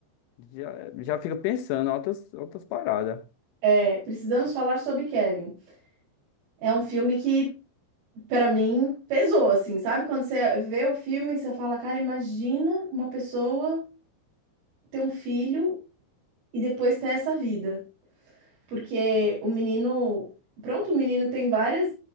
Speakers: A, on the left; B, on the right.
A: já, já fica pensando em outras, outras paradas.
B: é, Precisamos Falar sobre Kevin. É um filme que, para mim, pesou, assim, sabe? Quando você vê o filme, você fala, cara, imagina uma pessoa. ter um filho e depois ter essa vida. Porque o menino. Pronto, o menino tem várias.